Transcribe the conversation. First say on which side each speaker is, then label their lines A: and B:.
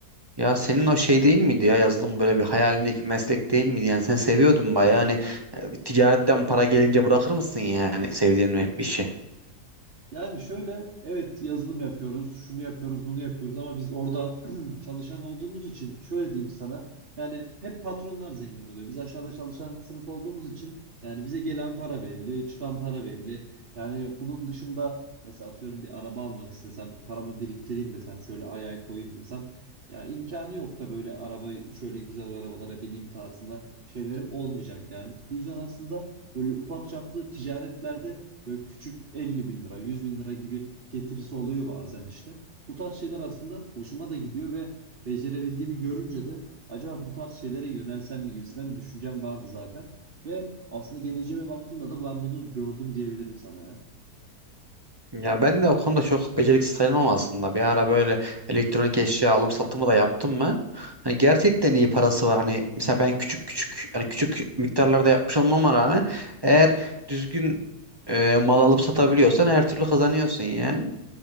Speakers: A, on the right (about 20°); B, on the right (about 40°).
A: ya senin o şey değil miydi ya yazılım böyle bir hayalindeki meslek değil miydi? Yani sen seviyordun bayağı hani e, ticaretten para gelince bırakır mısın yani sevdiğin bir işi?
B: Yani şöyle evet yazılım yapıyoruz, şunu yapıyoruz, bunu yapıyoruz ama biz orada <clears throat> çalışan olduğumuz için şöyle diyeyim sana. Yani hep patronlar zengin oluyor. Biz aşağıda çalışan sınıf olduğumuz için yani bize gelen para belli, çıkan para belli. Yani bunun dışında mesela atıyorum bir araba almak istesem, paramı biriktireyim desem, şöyle ay ay koyayım desem yani imkanı yok da böyle araba şöyle güzel arabalara bineyim tarzında şeylerim olmayacak yani. Bu yüzden aslında böyle ufak çaplı ticaretlerde Böyle küçük 50 bin lira, 100 bin lira gibi getirisi oluyor bazen işte. Bu tarz şeyler aslında hoşuma da gidiyor ve becerebildiğimi görünce de acaba bu tarz şeylere yönelsem mi gibisinden bir düşüncem vardı zaten. Ve aslında geleceğime baktığımda da ben bunu gördüm diyebilirim sana ya.
A: Ya ben de o konuda çok beceriksiz sayılmam aslında. Bir ara böyle elektronik eşya alım satımı da yaptım ben. Hani gerçekten iyi parası var. Hani mesela ben küçük küçük hani küçük miktarlarda yapmış olmama rağmen eğer düzgün e, mal alıp satabiliyorsan her türlü kazanıyorsun yani.